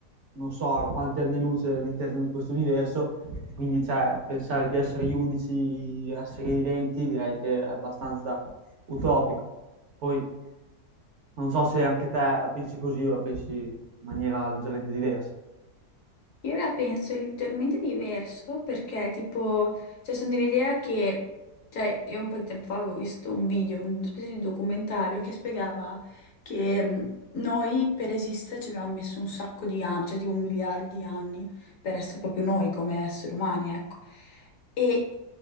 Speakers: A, on the right (about 55°); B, on the left (about 60°).
A: non so a quanti anni luce all'interno di questo universo, quindi cioè, pensare di essere gli unici esseri viventi direi che è abbastanza utopico. Poi non so se anche te la pensi così o la pensi in maniera leggermente diversa.
B: Io la penso leggermente diverso perché, tipo, cioè, sono dell'idea che, cioè, io un po' di tempo fa avevo visto un video, una specie di documentario che spiegava che mh, noi per esistere ci abbiamo messo un sacco di anni, cioè tipo miliardi di anni per essere proprio noi come esseri umani, ecco. E